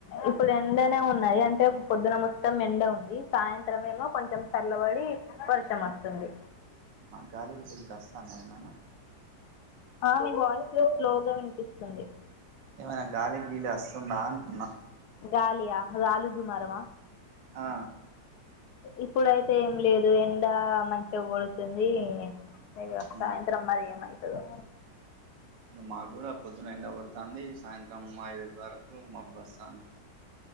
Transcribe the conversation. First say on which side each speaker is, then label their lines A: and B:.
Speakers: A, on the left; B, on the right.
A: ఇప్పుడు ఎండనే ఉన్నాయి అంటే పొద్దున మొత్తం ఎండ ఉంది సాయంత్రం ఏమో కొంచెం చల్లబడి వర్షం వస్తుంది
B: గలీలు గిలిలు వస్తానయ ఏమైనా
A: ఆ మీ వాయిస్ స్లోగా వినిపిస్తుంది
B: ఏమైనా గాలి గీలి వస్తుందా అంటున్నా
A: గాలియా గాలి దుమరామ
B: ఆ
A: ఇప్పుడయితే ఏం లేదు ఎండ మంచిగా కొడుతుంది ఇగ
B: ఉమ్.
A: సాయంత్రం మరి ఏమైతదో
B: ఇక మాకు కూడా పొద్దున ఎండకొడతాంది సాయంత్రం ఐదు వరకు మబ్బోస్తంది